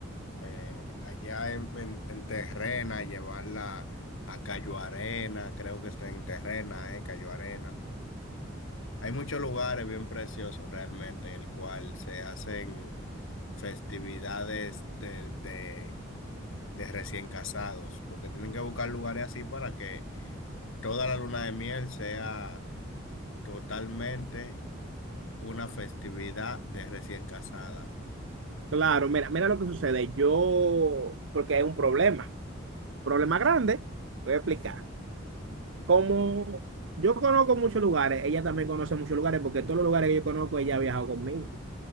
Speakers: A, on the left; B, on the right.
A: eh, allá en, en, en Terrena, llevarla a Cayo Arena, creo que está en Terrena, eh, Cayo Arena. Hay muchos lugares bien preciosos realmente en el cual se hacen festividades de, de, de recién casados, porque tienen que buscar lugares así para que toda la luna de miel sea totalmente una festividad de recién casada.
B: Claro, mira, mira lo que sucede. Yo, porque hay un problema. Problema grande, voy a explicar. Como yo conozco muchos lugares, ella también conoce muchos lugares, porque todos los lugares que yo conozco, ella ha viajado conmigo.